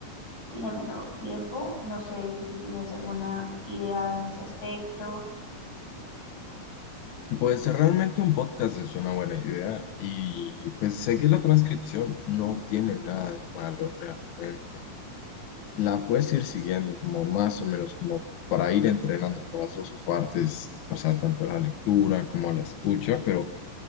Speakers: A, on the left (about 50°); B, on the left (about 70°).
A: tiene menor tiempo. No sé si tú tienes alguna idea en ese aspecto.
B: Pues realmente un podcast es una buena idea y pues seguir la transcripción no tiene nada de malo realmente. La puedes ir siguiendo como más o menos como para ir entrenando por las dos partes, o sea, tanto la lectura como la escucha, pero